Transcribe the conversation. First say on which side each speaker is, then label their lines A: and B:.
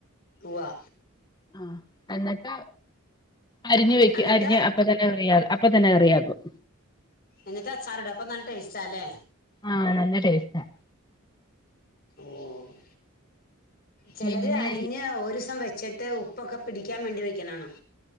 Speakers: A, on the left; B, on the left.
A: തൂവാ
B: ആ എന്നെട്ട് അരിഞ്ഞു വെക്ക
A: എന്നിട്ട്
B: അരിഞ്ഞ അപ്പ അപ്പ തന്നെ കറിയാ അപ്പതന്നെ കറിയാകും
A: എന്നിട്ടച്ചാറിടും അപ്പം നല്ല ടേസ്റ്റാല്ലേ?
B: ആഹ നല്ല ടേസ്റ്റാ
A: ഓഹോ ചെലര്
B: പിന്നെ
A: അരിഞ്ഞ് ഒരൂസം വെച്ചിട്ട് ഉപ്പൊക്കെ പിടിക്കാൻ വേണ്ടി വെക്കുന്നാണം